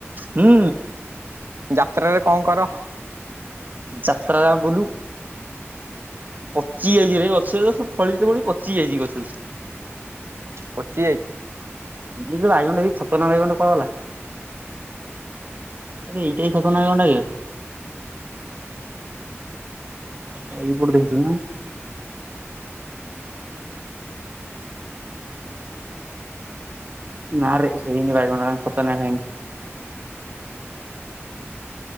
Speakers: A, on the right; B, on the right.
A: ହୁଁ
B: ଯାତ୍ରାରେ କଣ କର?
A: ଯାତ୍ରା ଯା ବୁଲୁ। ପଚି ଯଇଛି ରେ ଅଛେ ତ ଫଳି ତ ଫଳି ପଚି ଯଇଛି ଗଛରୁ।
B: ପଚି ଯାଇଚି
A: ଏ ଯୁ ବାଇଗଣ ଟା ଖତନାକ ବାଇଗଣ୍ କୁଆଗଲା? ଏବେ ଏଇଟା ବି ଖତରନାକଟାବେ? ଅହ ଏଇପଟେ ଦେଖୀଥିଲୁ ନା? ନାଁ ରେ ହେଇନି ବାଇଗଣ ଗୁଡା <inaudible> ହେଇନି।